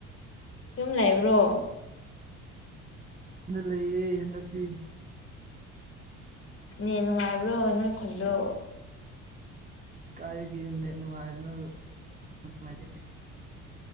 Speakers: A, on the left; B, on the right.
A: ꯌꯨꯝ ꯂꯩꯕ꯭ꯔꯣ
B: ꯌꯨꯝꯗ ꯂꯩꯌꯦ ꯍꯟꯗꯛꯇꯤ
A: ꯅ‌ꯦꯠ ꯅꯨꯡꯉꯥꯏꯕ꯭ꯔꯣ ꯅꯣꯏ ꯈꯨꯟꯗꯣ
B: ꯏꯁꯀꯥꯏꯗꯒꯤ ꯅꯦꯠ ꯅꯨꯡꯉꯥꯏꯕꯅꫭꯗ ꯅꯨꯡꯉꯥꯏꯇꯦ